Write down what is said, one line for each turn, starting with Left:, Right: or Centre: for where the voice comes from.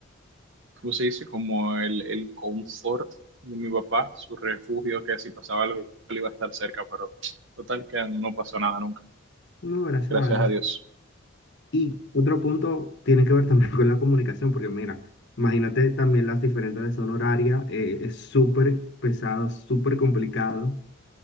Right: ¿cómo se dice? Como el, el confort de mi papá, su refugio, que si pasaba algo él iba a estar cerca, pero total que no pasó nada nunca,
Left: no, gracias
Right: gracias
Left: a Dios.
Right: a Dios.
Left: Y otro punto tiene que ver también <laughs> con la comunicación, porque mira, imagínate también las diferentes de zona horaria, eh, es súper pesado, súper complicado.